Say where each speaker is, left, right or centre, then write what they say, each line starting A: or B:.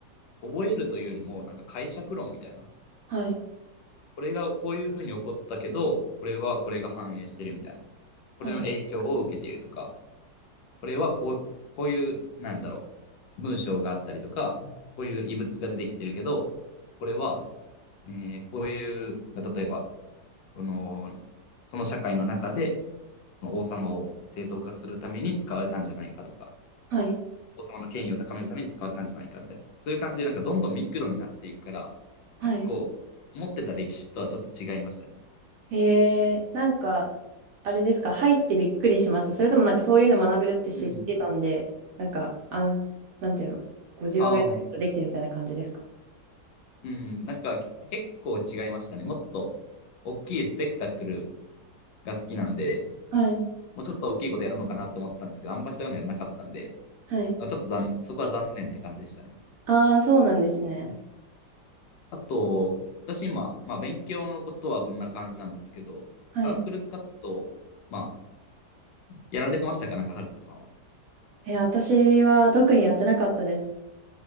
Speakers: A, on the left (about 80°); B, on the right (about 65°).
A: 覚えるというよりも、なんか解釈論みたいな。
B: はい、
A: これがこういうふうに起こったけど、これはこれが反映してるみたいな。
B: はい、
A: これの影響を受けているとか。これはこう、こういう、なんだろう、文章があったりとか、こういう異物が出てきてるけど、これは、えーこういう、ま例えば、この、その社会の中で、その王様を正当化するために使われたんじゃないかとか、
B: はい、
A: 王様の権威を高めるために使われたんじゃないかみたいな。そういう感じで、なんかどんどんミクロになっていくから、
B: はい。
A: 結構、思ってた歴史とはちょっと違いましたね。
B: へえ、なんか、あれですか、入ってびっくりしました。それともなんかそういうの学べるって知ってたんで、
A: うん。
B: なんか、あん、なんていうの、ご自分がやることできてるみたいな感じですか
A: あー、うん、なんか結構違いましたね。もっと大きいスペクタクルが好きなんで、
B: はい、
A: もうちょっと大きいことやるのかなと思ったんですけど、あんまりそういやらなかったんで、
B: はい。
A: まあちょっと残、そこは残念って感じでしたね。
B: ああ、そうなんですね。
A: うんあと、私今、まあ勉強のことはこんな感じなんですけど、
B: はい。
A: サークル活動、まあ、やられてましたかなんか、はるかさんは。
B: え、私は特にやってなかったです。